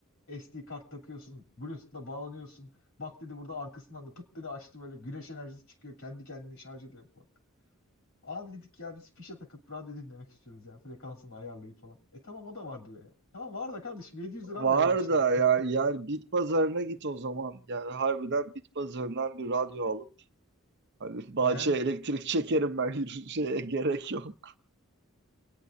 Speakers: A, on the left (about 75°); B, on the right (about 55°).
A: e, SD kart takıyorsun Bluetooth'la bağlanıyorsun. Bak dedi burada arkasından da pıt dedi açtı böyle güneş enerjisi çıkıyor kendi kendine şarj ediyor falan. Abi dedik ya biz fişe takıp radyo dinlemek istiyoruz yani frekansını ayarlayıp falan. E tamam o da var diyor yani. Tamam var da kardeşim 700 lira
B: var
A: mı verelim şimdi
B: da
A: buna?
B: ya
A: <laughs>
B: yani bit pazarına git o zaman. Yani harbiden bit pazarından bir radyo alıp hani bahçeye
A: Yani
B: elektrik çekerim ben <laughs> yürüyüşe gerek yok.